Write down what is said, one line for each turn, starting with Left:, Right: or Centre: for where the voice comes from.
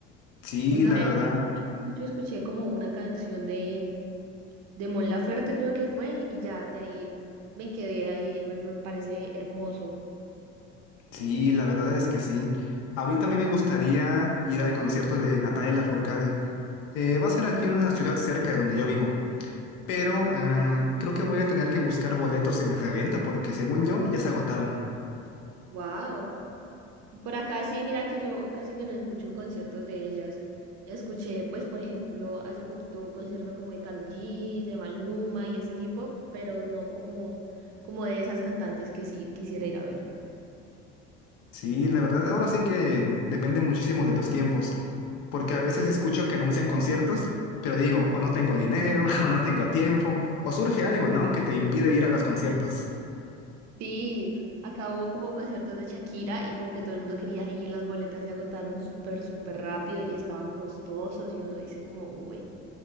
Left: Sí,
Right: Una
Left: la
Right: vez
Left: verdad,
Right: hace hace mucho escuché como una canción de, de Mon Laferte, creo que fue, y ya de ahí me quedé ahí, me, me parece hermoso.
Left: sí, la verdad es que sí. Ahorita a mí me gustaría ir al concierto de Natalia Lafourcade. Eh, va a ser aquí en una ciudad cerca de donde yo vivo, pero eh, creo que voy a tener que buscar boletos en reventa porque según yo ya se agotaron.
Right: Wow. Por acá sí, mira que yo casi que no escucho conciertos de ellas. Escuché, pues, por ejemplo, hace poquito un concierto como de Karol G, de Maluma y ese tipo, pero no como, como de esas cantantes que sí quisiera ir a ver.
Left: Sí, la verdad, ahora sí que depende muchísimo de los tiempos, porque a veces escucho que anuncian conciertos, pero digo, o no tengo dinero, <laughs> o no tengo tiempo, o surge algo, ¿no? Que te impide ir a los conciertos.
Right: Sí, acá hubo como conciertos de Shakira y como que todo el mundo quería ir, las boletas se agotaron súper, súper rápido y estaban costosos y uno dice como, uy,